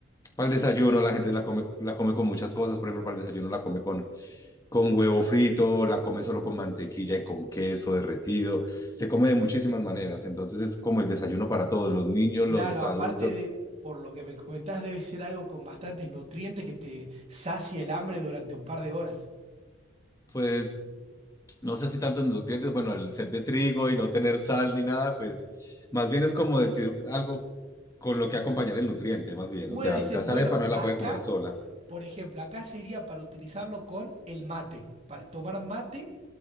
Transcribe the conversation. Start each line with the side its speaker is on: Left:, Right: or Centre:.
Left: Para el desayuno la gente la come, la come con muchas cosas, por ejemplo, para el desayuno la come con, con huevo frito, la come solo con mantequilla y con queso derretido, se come de muchísimas maneras, entonces es como el desayuno para todos, los niños,
Right: Claro,
Left: los adultos,
Right: aparte de, por lo que me comentás, debe ser algo con bastantes nutrientes que te sacia el hambre durante un par de horas.
Left: pues no sé si tantos nutrientes, bueno, al ser de trigo y no tener sal ni nada, pues más bien es como decir algo con lo que acompañar el nutriente, más bien,
Right: Puede
Left: o sea,
Right: ser,
Left: usted esa
Right: bueno,
Left: arepa no la
Right: acá,
Left: puede comer sola,
Right: por ejemplo, acá sería para utilizarlo con el mate, para tomar mate